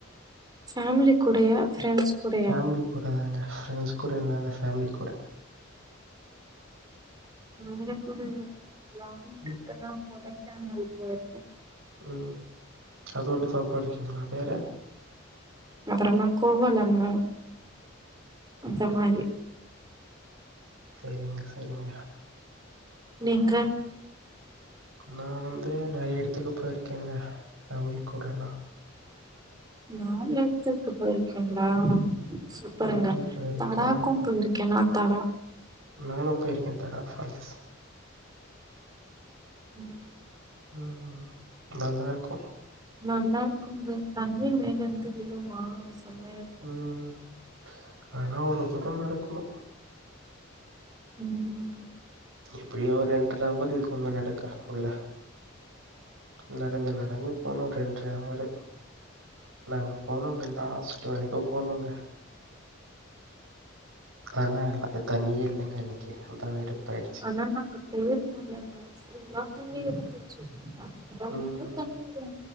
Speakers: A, on the right (about 20°); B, on the right (about 85°).
A: ஃபேமிலி கூடையா ஃப்ரெண்ட்ஸ் கூடையா
B: ஃபேமிலி கூட தாங்க ஃப்ரெண்ட்ஸ் கூட இல்லால ஃபேமிலி கூட
A: ஃபேமிலி கூட லாங் ட்ரிப்புனா
B: ம்,
A: கொடைக்கானல் போய்ருக்க
B: ம் அதுண்டு சவுக்கா இருக்கீங்ளா வேற
A: அப்புறமா கோவளம்மு இந்த மாரி
B: செரிங்க செரிங்க
A: நீங்க
B: நா வந்து நெறைய எடத்துக்கு போய்ருக்கங்க ஃபேமிலி கூடல்லா
A: நாலு எடத்துக்கு போய்ருக்கீங்ளா சூப்பருங்க
B: ஊட்டி போயிருக்கேன்.
A: தடாக்கு போய்ருக்கே நா தடா
B: நானு போய்ருக்கே தடா ஃபால்ஸ்
A: ம்
B: ம் ம் நல்லா இருக்கு
A: நல்லா இருக்குங்க தண்ணி மேல இருந்து விலுமா செமையா இருக்கு
B: ம் ஆனா அவ்வளவு தூரோ நடக்கணு
A: ம்
B: எப்படியோ ஒரு ரெண்ரவர் இருக்குங்க நடக்க உள்ள உள்ள நம்ம நடந்து போனா ரெண்ர அவரு நாங்க போனோங்க லாஸ்ட்டு வரைக்கு போனோங்க ஆனா எல்லா தண்ணியே இல்லங்க அன்னிக்கு அதா வெருப்பாய்
A: ஆனா நாங்க போயிருக்கோல்லங்க ஃபுல்லாவே
B: ம்
A: இருந்துச்சு ரொம்ப
B: ம்
A: தண்ணிங்க